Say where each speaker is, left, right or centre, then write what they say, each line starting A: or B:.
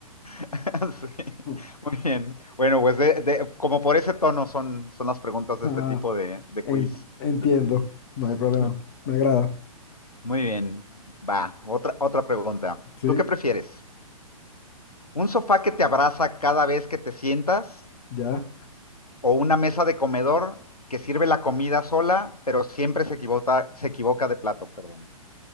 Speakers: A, on the left (about 80°); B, on the left (about 40°).
A: <laughs> Sí,
B: <laughs>
A: muy bien. Bueno, pues de- de- como por ese tono son, son las preguntas de
B: Ah,
A: este tipo de, de
B: en-
A: quiz,
B: entiendo,
A: de trivia.
B: no hay problema,
A: <laughs>
B: me agrada.
A: Muy bien, va, otra, otra pregunta.
B: Sí,
A: ¿Tú qué prefieres? ¿Un sofá que te abraza cada vez que te sientas
B: ya.
A: o una mesa de comedor que sirve la comida sola, pero siempre se equivoca, se equivoca de plato, perdón?